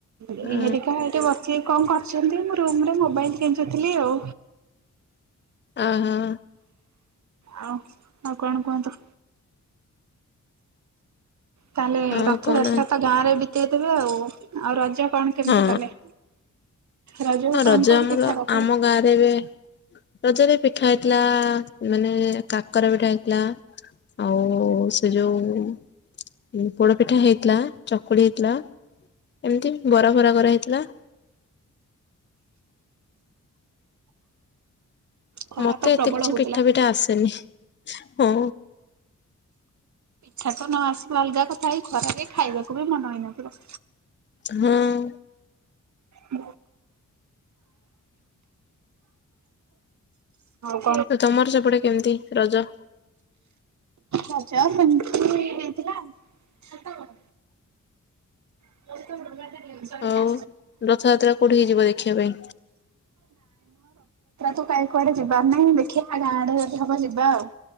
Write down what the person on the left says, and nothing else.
ଅ
ଅ ହଁ।
ଆଉ
କଣ
ହଁ
ହଁ
ରଜ
ଆମର
ଆମ ଗାଁରେ ଏବେ ରଜରେ ପିଠା ହେଇଥିଲା ମାନେ କାକରା ପିଠା ହେଇଥିଲା। ଆଉ ସେ ଯୋଉ ପୋଡ ପିଠା ହେଇଥିଲା ଚକୁଳି ହେଇଥିଲା। ଏମତି ବରା ଫରା କରା ହେଇଥିଲା।
ମତେ
ଏତେ କିଛି
ପିଠା ଫିଠା ଆସେନି ହଁ।
ହଁ।
ତ ତମର ସେପଟେ କେମତି ରଜ?
ଆଉ ରଥଯାତ୍ରା କୋଉଠିକି ଯିବ ଦେଖିବା ପାଇଁ